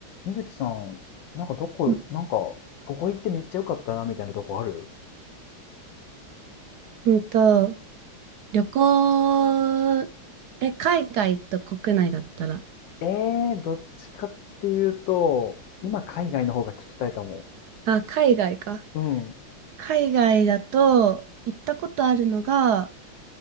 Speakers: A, on the left; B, on the right.
A: 水木さん、なんかどこ、
B: う
A: なんか、ここ行ってめっちゃ良かったな、みたいなとこある
B: んと、旅行、え、海外と国内だったら、
A: えー、どっちかっていうと、今海外の方が聞きたいかも。
B: あ、海外か。
A: うん。
B: 海外だと、行ったことあるのが、